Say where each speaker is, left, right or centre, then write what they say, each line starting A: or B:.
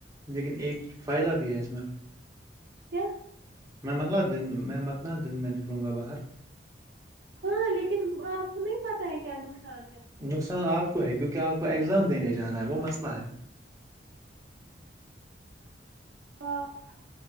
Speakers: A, on the right; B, on the right.
A: لیکن ایک فائدہ بھی ہے اس میں
B: کیا
A: م منگلا دن میں متنا دن میں نکلوں گا باہر
B: ہاں لیکن آپ کو نہیں پتا ہے کیا نقصان ہے
A: نقصان آپ کو ہے کیونکہ آپ کو اگزام دینے جانا ہے وہ مسئلہ ہے
B: ہپ